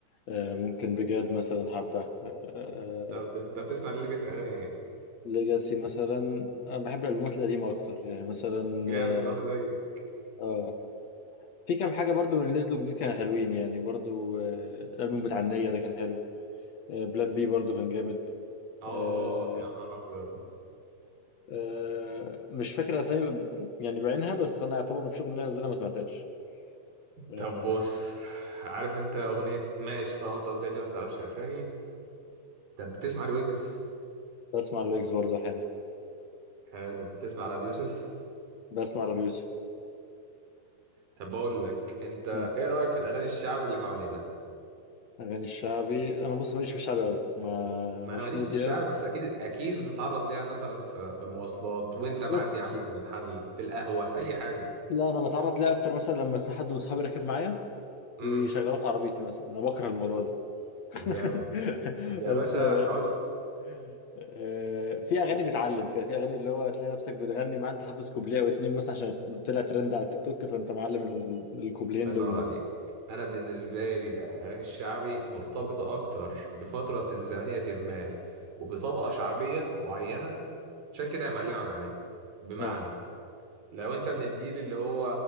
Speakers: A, on the left; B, on the right.
A: آه، ممكن بجد مثلا حبه آه، آه،
B: طب
A: آه،
B: انت بتسمع ليجاسي اغاني ايه
A: ليجاسي مثلا انا بحب الالبومات القديمه اكتر يعني مثلا
B: جامد
A: اه
B: وانا زيك
A: آه، في كام حاجه برضو من اللي نزلوا جديد كانوا حلوين يعني برضو آه، الالبوم بتاع النية ده كان حلو آه، بلان بي برضو كان جامد
B: اه
A: آه،
B: اه يا نهار ابيض
A: آه، مش فاكر اسامي يعني بعينها بس انا يعتبر مفيش اغنيه نزلها ما سمعتهاش آه،
B: طب بص عارف انت اغنيه ماشي طالما انت قلت لي ما تعرفش اسامي طب بتسمع لويجز
A: بسمع لويجز برضه احيانا
B: حلو بتسمع لابي يوسف
A: بسمع لابي يوسف
B: طب بقول لك انت
A: مم.
B: ايه رايك في الاغاني الشعبي اللي حوالينا
A: اغاني الشعبي انا بص ماليش في الشعبي قوي ما
B: ما
A: مش
B: انا ماليش
A: مودي
B: في الشعب
A: قوي
B: بس اكيد اكيد بتتعرض ليها مثلا في في المواصلات وانت معدي
A: بس
B: يا عم جنب محل في القهوه اي حاجه
A: لا انا بتعرض ليه اكتر مثلا لما يكون حد من صحابي راكب معايا
B: امم
A: ويشغله في عربيتي مثلا انا بكره الموضوع ده <laughs>
B: جامد يا
A: بس
B: باشا
A: آه،
B: اقول
A: آه، في اغاني بتعلم كده في اغاني اللي هو هتلاقي نفسك بتغني معاه انت حافظ كوبليه او اتنين مثلا عشان طلع ترند على التيك توك فانت معلم ال- الكوبليهين
B: الله
A: دول
B: ينور
A: مثلا
B: عليك انا بالنسبه لي الاغاني الشعبي مرتبطه اكتر بفتره زمنيه ما وبطبقه شعبيه معينه عشان كده هي معلمه معايا بمعنى
A: اه
B: لو انت من الجيل اللي هو